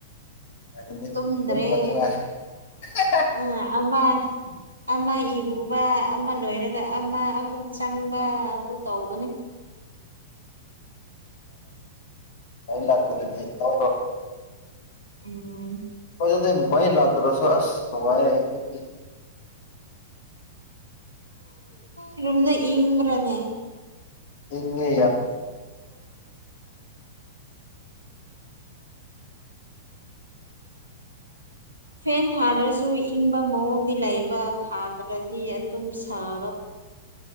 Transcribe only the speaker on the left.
ꯆ
ꯑ ꯂꯥꯛꯗ ꯇ
ꯀꯖꯗ ꯃꯥꯏ ꯂꯥꯛꯇꯔꯣꯁꯣ ꯑꯁ ꯉ ꯏ
ꯏꯟꯉꯦ꯫